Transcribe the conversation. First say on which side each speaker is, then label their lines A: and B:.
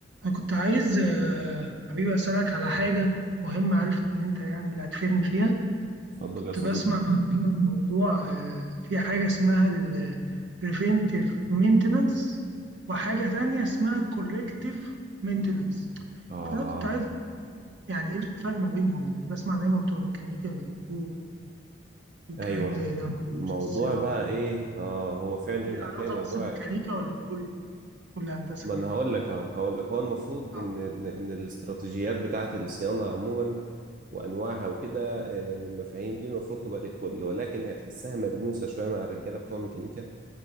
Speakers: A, on the right; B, on the right.
A: أنا كنت عايز آه، حبيبي أسألك على حاجة مهمة عارف إن أنت يعني اللي هتفيدني فيها
B: اتفضل
A: كنت
B: يا صديقي
A: بسمع عن موضوع آه، في حاجة اسمها ال preventive maintenance وحاجة تانية اسمها corrective maintenance
B: آه
A: فأنا كنت عايز يعني إيه الفرق ما بينهم يعني بسمع دايما بتوع الميكانيكا بيقولوا
B: أيوه
A: كلام زي ده معرفش
B: الموضوع
A: الصيانة
B: بقى إيه آه هو فعلا
A: دي ليها
B: هتلاقي
A: علاقة
B: موضوع
A: بس بميكانيكا
B: ال-
A: ولا كله كل هندسة
B: ما
A: كمان
B: أنا هقول لك أهو هقول لك هو المفروض
A: آه.
B: إن إن إن الاستراتيجيات بتاعة الصيانة عموما وأنواعها وكده آه، والمفاهيم دي المفروض تبقى للكل ولكن هتحسها ملموسة شوية مع الرجالة بتوع الميكانيكا